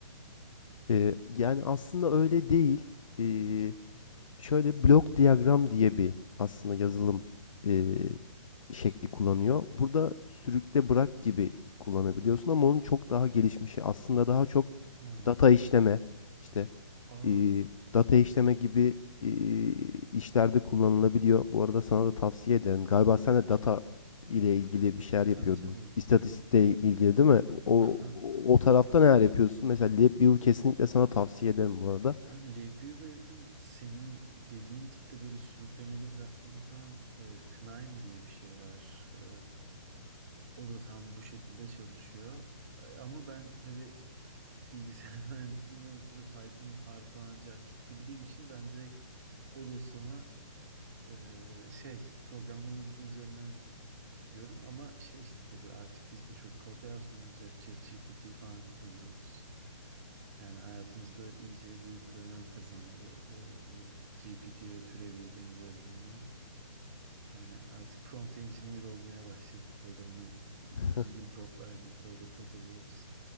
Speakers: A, on the left; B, on the right.
A: Eee, yani aslında öyle değil. Eee, şöyle blok diyagram diye bir aslında yazılım eee, şekli kullanıyor. Burada sürükle bırak gibi kullanabiliyorsun ama onun çok daha gelişmişi aslında daha çok
B: Ha.
A: data işleme işte
B: Aa.
A: e, data işleme gibi e, işlerde kullanılabiliyor. Bu arada sana da tavsiye ederim. Galiba sen de data ile ilgili bir şeyler yapıyordun.
B: Tabii tabii
A: İstatistikle
B: benim e,
A: ilgili değil mi? O,
B: <laughs> haha
A: o tarafta
B: evet.
A: neler yapıyorsun? Mesela LabVIEW kesinlikle sana tavsiye ederim bu arada.
B: Abi Lebow'a yakın senin dediğin tipte böyle sürüklemeli bırakmalı falan e, Knaim diye bir şey var. E, o da tam bu şekilde çalışıyor. E, Ama ben tabii bilgisayar <laughs> mühendisliğinden ötürü Python, R falan cart curt bildiğim için ben direkt bodoslama ee, şey programlama dili üzerinden direkt gidiyorum ama şey işte tabii artık biz de çok kod yazmıyoruz hep ChatGPT falan kullanıyoruz. Yani hayatımızda iyice büyük bir önem kazandı ee, bu GPT ve türevi benzer ürünler. Yani artık prompt engineer olmaya başladık böyle ona
A: <laughs>
B: düzgün promptlar girip öyle kod oluyoruz.